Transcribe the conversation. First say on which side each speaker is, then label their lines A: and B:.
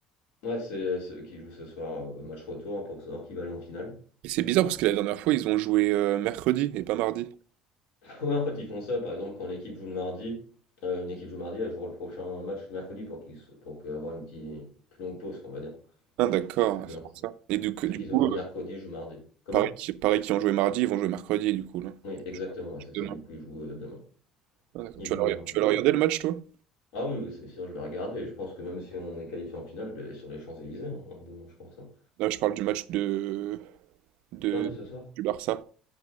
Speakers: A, on the left (about 80°); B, on the right (about 60°).
A: ouais, c'est ceux qui jouent ce soir, euh, match retour, hein, pour savoir qui va aller en finale.
B: Et c'est bizarre parce que la dernière fois, ils ont joué euh, mercredi et pas mardi.
A: <laughs> Ouais, en fait, ils font ça, par exemple, quand l'équipe joue le mardi, euh, une équipe joue mardi, elle jouera le prochain match mercredi pour qu'ils, se- pour que- avoir une petite, plus longue pause, on va dire.
B: Ah d'accord,
A: De-
B: ouais, c'est pour ça. Et du, coup,
A: ceux
B: du
A: qui
B: coup,
A: ont joué
B: euh,
A: mercredi jouent mardi. Comment?
B: Paris qui, Paris qui ont joué mardi, ils vont jouer mercredi du coup là.
A: Oui, exactement, ouais, c'est ça,
B: Demain.
A: du coup, ils jouent euh, demain.
B: Ah, d'accord.
A: Ils
B: Tu
A: jouent
B: vas le,
A: demain,
B: rega-
A: pareil.
B: tu vas le regarder le match toi?
A: Ah oui, oui, c'est sûr, je vais regarder. Je pense que même si on est qualifié en finale, je vais aller sur les Champs-Élysées hein, demain, je pense. hein.
B: Non, je parle du match de de,
A: Ah, de ce soir?
B: du Barça.